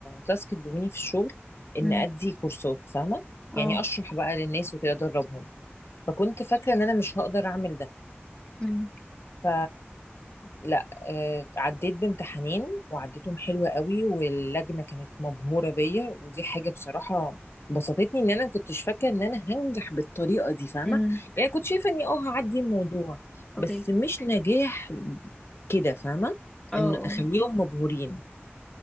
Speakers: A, on the left; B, on the left.
A: تاسك ادوني في الشغل ان
B: امم
A: ادي كورسات فاهمه
B: اه
A: يعني اشرح بقى للناس وكده ادربهم فكنت فاكره ان انا مش هقدر اعمل ده
B: امم
A: ف لا آه، عديت بامتحانين وعديتهم حلوة قوي واللجنة كانت مبهورة بيا ودي حاجة بصراحة بسطتني ان انا كنتش فاكرة ان انا هنجح بالطريقة دي فاهمة
B: امم
A: يعني كنت شايفة اني اه هعدي الموضوع
B: اوكي
A: بس مش نجاح كده فاهمة
B: اه
A: ان
B: آه.
A: اخليهم مبهورين